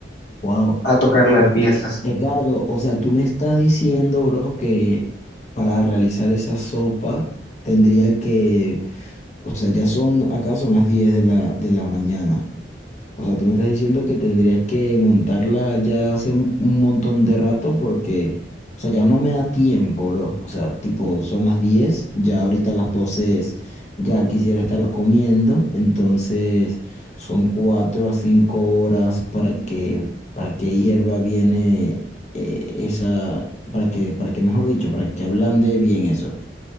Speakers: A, on the left; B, on the left.
A: Wow.
B: a tocar
A: O,
B: las piezas
A: Edgardo, o sea, tú me estás diciendo, bro, que para realizar esa sopa tendría que O sea, ya son, acá son las 10 de la, de la mañana. O sea, tú me estás diciendo que tendrías que montarla ya hace un un montón de rato porque, o sea, ya no me da tiempo, bro. O sea, tipo, son las 10, ya ahorita las 12, es, ya quisiera estar comiendo. Entonces, son 4 a 5 horas para que, para que hierva bien eh, eh, esa, para que, para que, mejor dicho, para que ablande bien eso.